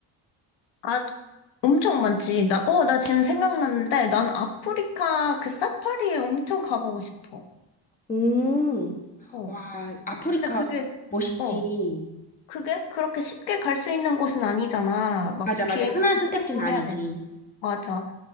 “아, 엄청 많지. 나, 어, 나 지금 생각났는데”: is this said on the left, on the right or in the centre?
Left